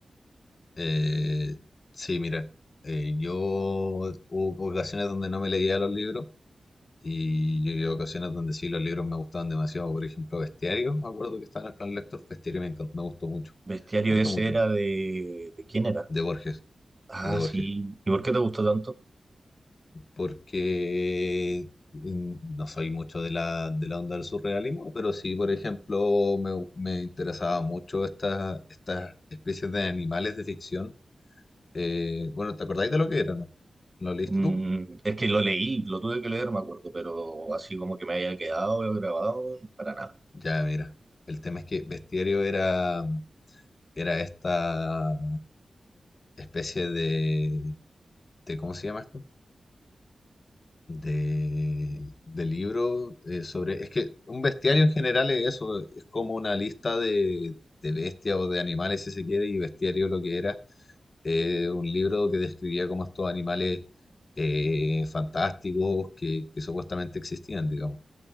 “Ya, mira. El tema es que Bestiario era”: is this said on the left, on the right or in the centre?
Left